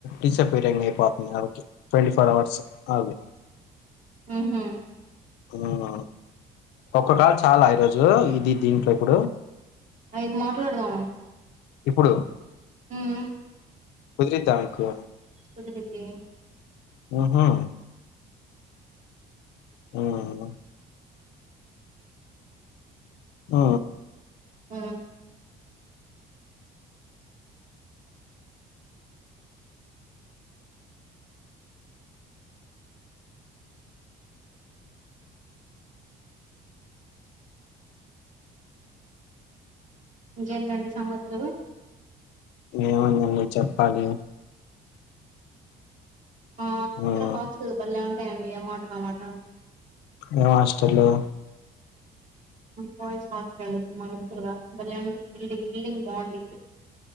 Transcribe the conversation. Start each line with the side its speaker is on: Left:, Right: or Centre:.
Left: డిసప్పేరింగ్ అయిపోతుంది గాబట్టి ట్వంటీ ఫోర్ అవర్స్ అది.
Right: ఊహూ.
Left: ఆ ఒక్కటా చాలా ఈరోజు ఇది దీంట్లో ఇప్పుడు.
Right: ఐదు మాట్లాడ్దాం.
Left: ఇప్పుడు
Right: హుమ్
Left: కుదిరిద్దామకు
Right: కుదిరితే
Left: ఆహా ఆహ్ ఆ
Right: ఆ ఇంకేంటండి సంగతులు
Left: ఏముందండి చెప్పాలి
Right: మా దగ్గర
Left: ఉమ్,
Right: హాస్టల్ బళ్లే ఉంటాయండిఏ మాట కామాట
Left: ఏ హాస్టలో
Right: బాయ్స్ వాచ్ మెన్ త మా ఎదురుగా బలే ఉంది బిల్డింగ్ బిల్డింగ్ బాగుందిప్పుడు